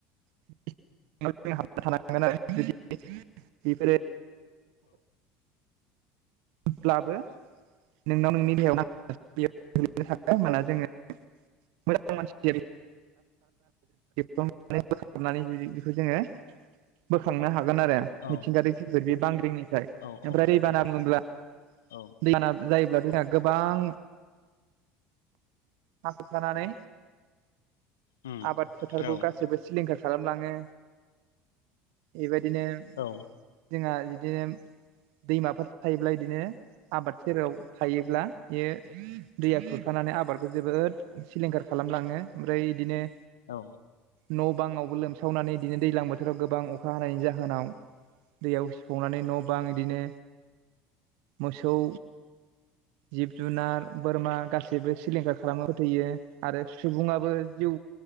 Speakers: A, on the right (about 65°); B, on the left (about 80°).
A: <inaudible> बेफोरो <inaudible> ब्लाबो नोंनाव नोंनि देहायाव <inaudible> होमला जोङो मोजां मानसि <inaudible> बोखारनानै जुदि बेखौ जोङो बोखांनो हागोन आरो।
B: औ
A: मिथिंगायारि खैफोद बे बांग्रिंनिफ्राय
B: औ
A: ओमफ्राय
B: औ उम
A: दैबाना बुङोब्ला
B: औ उम औ
A: <inaudible> जायोब्ला जोंहा गोबां हा खुरखानानै
B: नंगौ
A: आबाद फोथारखौ गासैबो सिलिंखार खालामलाङो बेबायदिनो
B: औ।
A: जोंहा बिदिनो दैमाफोर थायोब्ला बिदिनो आबाद सेराव थायोब्ला बेयो दैया खुरखानानै आबादखौ जोबोद सिलिंखार खालामलाङो ओमफ्राय बिदिनो
B: औ।
A: न' बाङावबो लोमसावनानै बिदिनो दैज्लां बोथोराव गोबां अखा हानायनि जाहोनाव दैयाव सिफावनानै न' बां बिदिनो मोसौ जिब जुनार बोरमा गासैबो सिलिंखार खालामनो फोथैयो। आरो सुबुङाबो जिउ